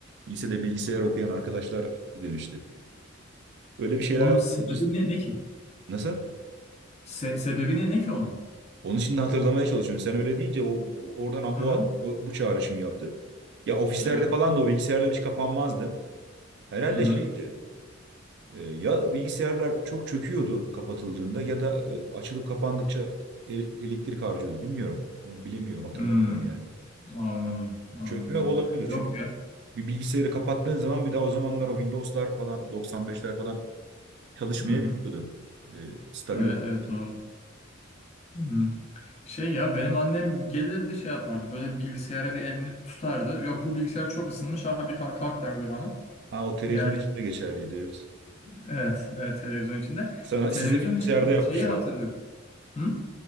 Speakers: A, on the right (about 60°); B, on the left (about 35°).
A: lisede bilgisayar okuyan arkadaşlar demişti. Öyle bir şeyler
B: Onun
A: var.
B: sebebi
A: Biz-
B: ne, ne ki?
A: Nasıl?
B: Se- sebebi ne, ne ki onun?
A: Onun için de hatırlamaya çalışıyorum. Sen öyle deyince o oradan
B: Hı
A: bu
B: hı.
A: bu çağrışım yaptı. Ya ofislerde
B: Ee,
A: falan da o bilgisayarlar hiç kapanmazdı. Herhalde
B: hı hı.
A: şeydi. e, Ya bilgisayarlar çok çöküyordu kapatıldığında ya da e, açılıp kapandıkça e- elektrik harcıyordu. Bilmiyorum. Onu bilemiyorum, hatırlamıyorum
B: Hmm,
A: yani.
B: anladım. Anladım
A: Çökme
B: abi.
A: olabilir
B: Yok
A: çünkü
B: ya.
A: bir bilgisayarı kapattığın zaman bir daha o zamanlar o Windows'lar falan 95'ler falan çalışmayabiliyordu.
B: Hı hı.
A: E, stabil
B: Evet
A: oldu.
B: evet doğru. Hı hı. Şey ya benim annem gelirdi şey yapardı. Böyle bilgisayara bir elini tutardı. Yok bu bilgisayar çok ısınmış. Ha hadi kalk, kalk derdi bana.
A: Ha, o televizyon
B: Yani
A: için de geçerliydi. Evet.
B: evet, evet televizyon içinde.
A: Sana,
B: Televizyon
A: size bilgisayarda
B: için
A: yapmışlar.
B: şeyi hatırlıyorum. Hı?